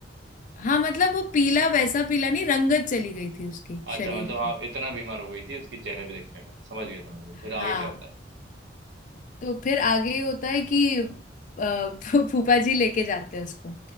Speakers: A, on the left (about 45°); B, on the right (about 70°).
A: हाँ मतलब वो पीला वैसा पीला नहीं रंगत चली गई थी उसकी
B: अच्छा
A: शरीर
B: मतलब हाँ
A: की
B: इतना बीमार हो गई थी उसके चेहरे पे देखने का समझ गया समझ गया फिर आगे
A: हाँ
B: क्या होता है
A: तो फिर आगे होता है कि अ, फू- फूफा जी लेके जाते हैं उसको